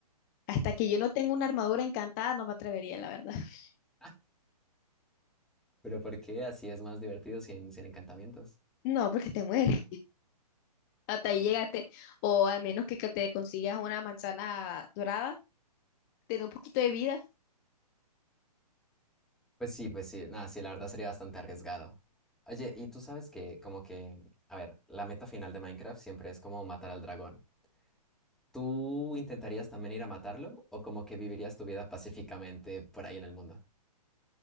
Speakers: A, on the left (about 30°); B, in the centre.
A: Hasta que yo no tenga una armadura encantada, no me atrevería, la verdad. <laughs>
B: <laughs> Pero ¿por qué así es más divertido sin, sin encantamientos?
A: No, porque te mueres. Hasta ahí llegaste. O al menos que que te consigas una manzana dorada te dé un poquito de vida.
B: Pues sí, pues sí, nada, sí, la verdad sería bastante arriesgado. Oye, y tú sabes que, como que, a ver, la meta final de Minecraft siempre es como matar al dragón. ¿Tú intentarías también ir a matarlo o como que vivirías tu vida pacíficamente por ahí en el mundo?